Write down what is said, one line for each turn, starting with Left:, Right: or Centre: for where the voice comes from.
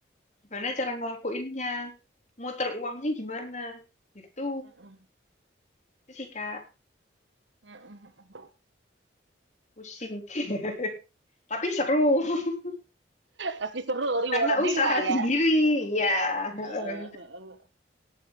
Left: Gimana cara ngelakuinnya? Muter uangnya gimana? Gitu.
Right: mhm
Left: Itu sih Kak,
Right: mhm mhm mhm.
Left: pusing. <laughs> Tapi seru <laughs>
Right: Pasti seru, rewarding
Left: karena usaha
Right: lah ya.
Left: sendiri. Ya. <laughs>
Right: heeh heeh.